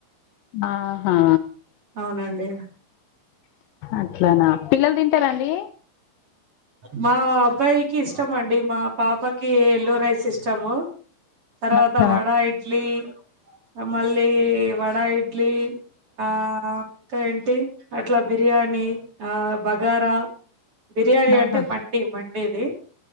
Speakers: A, on the left; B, on the right.
A: ఆహా
B: అవునండి
A: అట్లానా పిల్లలు తింటారాండి
B: మా అబ్బాయికి ఇష్టం అండి మా పాపకి ఎల్లో రైస్ ఇష్టము తర్వాత
A: అచ్చ
B: వడా ఇడ్లీ ఆ మళ్ళీ వడా ఇడ్లీ ఆ ఇంకా ఏంటి అట్లా బిర్యానీ ఆ బాగారా బిర్యానీ అంటే
A: ఆహా
B: మండి మండేది